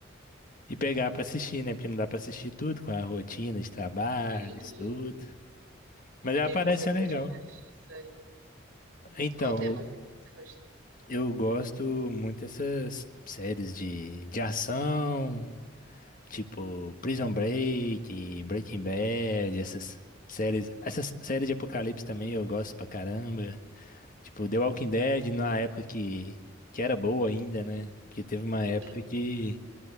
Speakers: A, on the left; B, on the right.
A: e pegar pra assistir, né? Porque não dá pra assistir tudo com a rotina de trabalho,
B: uhum.
A: estudo. Mas
B: E
A: ela
B: o que
A: parece
B: que você
A: ser
B: curte
A: legal.
B: mais de série?
A: Então,
B: Qual tema assim que você gosta?
A: eu gosto muito dessas séries de, de ação. Tipo, Prison Break, Breaking Bad, essas séries. Essas séries de apocalipse também eu gosto pra caramba. Tipo, The Walking Dead, na época que, que era boa ainda, né? Porque teve uma
B: Uhum.
A: época que